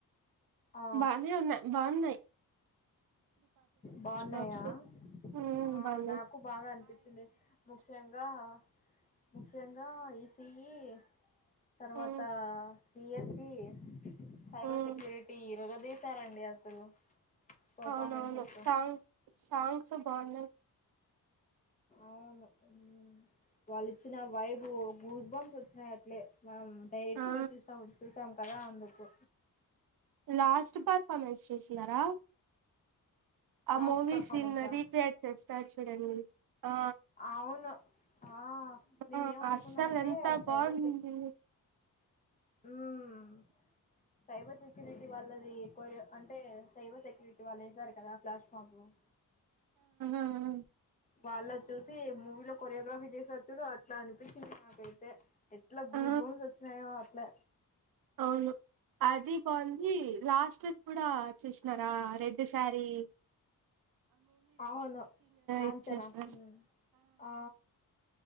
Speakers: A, on the left; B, on the right.
A: ఆ
B: బానే ఉన్నాయ్ బాగున్నాయ్
A: బాగున్నాయా
B: వర్క్స్ ఉమ్
A: ఆ
B: బాగున్నాయి
A: నాకు బాగా అనిపించింది ముఖ్యంగా ముఖ్యంగా ఇసి హుమ్ తర్వాతా
B: ఉమ్
A: ఏసి సైబర్
B: ఉమ్
A: సెక్యూరిటీ ఇరగ చేసారండి అసలు పర్ఫార్మెన్సెస్
B: అవునవును సాంగ్ సాంగ్స్ బాగున్నాయి
A: అవును హుమ్ వాళ్ళు ఇచ్చిన వైబు గూజ్ బాంస్ వచ్చినాయి అట్లే మనం డైరెక్ట్
B: ఆ
A: గా చూసాం చూసాం కదా అందుకు
B: లాస్ట్ పర్ఫార్మెన్స్ చూసినరా ఆ
A: లాస్ట్
B: మూవీ
A: పర్ఫార్మెన్సా
B: సీన్ రీక్రియేట్ చేస్తాడు చూడండి ఆ
A: అవును ఆ నేనేం
B: ఆ
A: అనుకున్న
B: అస్సలు
A: అంటే
B: ఎంత
A: సైబర్
B: బాగుంది
A: సెక్ ఉమ్ సైబర్ సెక్యూరిటీ వాళ్ళది ఎక్కువర్ అంటే సైబర్ సెక్యూరిటీ వాళ్ళు ఎసారు కదా ఫ్లాష్ <unintelligible>
B: ఉమ్
A: వాళ్ళద్ చూసి మూవీలో కొరియోగ్రఫీ జేశార్ చూడు అట్లా అనిపించింది నాకైతే ఎట్లా గోస్బంబ్స్
B: ఆ
A: వచ్చినాయో అట్లే
B: అవును అది బాగుంది లాస్ట్ కూడా చూసినరా రెడ్ సారీ
A: అవును కాంచనా
B: ఇచ్చేసారు
A: ఉ ఆ